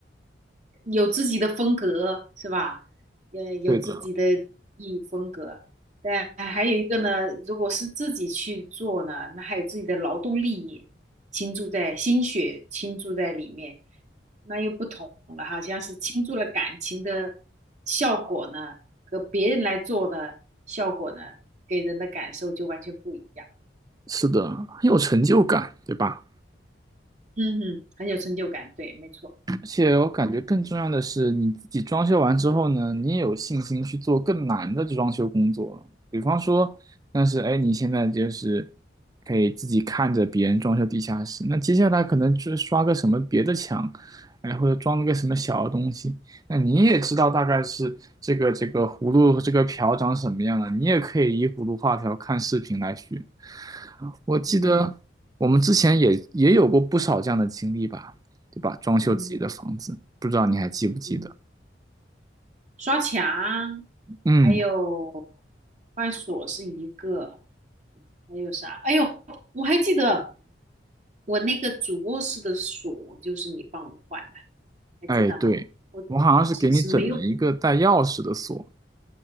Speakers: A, on the right; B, on the right.
A: 有自己的风格是吧？呃，有自己的艺风格，
B: 对的，
A: 但还有一个呢，如果是自己去做呢，那还有自己的劳动力倾注在心血倾注在里面，那又不同了，好像是倾注了感情的效果呢，和别人来做的效果呢，给人的感受就完全不一样。
B: 是的，很有成就感，对吧？
A: 嗯哼，很有成就感，对，没错。
B: 而且我感觉更重要的是，你自己装修完之后呢，你也有信心去做更难的装修工作了比方说，但是哎，你现在就是可以自己看着别人装修地下室，那接下来可能就是刷个什么别的墙，哎，或者装了个什么小的东西，那你也知道大概是这个这个葫芦这个瓢长什么样了，你也可以依葫芦画瓢看视频来学。我记得我们之前也也有过不少这样的经历吧。
A: 嗯
B: 对吧？装修自己的房子，
A: 嗯哼
B: 不知道你还记不记得？
A: 嗯哼。刷墙，
B: 嗯，
A: 还有换锁是一个，还有啥？哎呦，我还记得我那个主卧室的锁就是你帮我换的，还记得吗？
B: 哎，对，
A: 我我只是没有，
B: 我好像是给你整了一个带钥匙的锁，